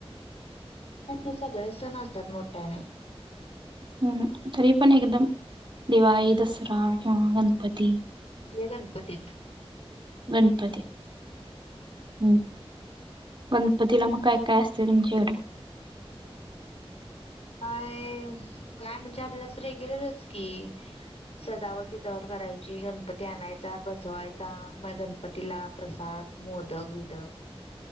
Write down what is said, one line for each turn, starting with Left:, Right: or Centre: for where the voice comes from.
Left: नाही नाही सगळे सण असत्यात मोट्ट्याने
Right: ह ह, तरी पण एकदम दिवाळी, दसरा, किंवा गणपती?
Left: ह्ये गणपतीच.
Right: गणपती. ह, गणपतीला म काय काय असतंय तुमच्याकडं?
Left: काय? काय म्हणजे, आपलं असं रेग्युलरच की सजावट बिजावट करायची, गणपती आणायचा, बसवायचा, म गणपतीला प्रसाद, मोदक बिदक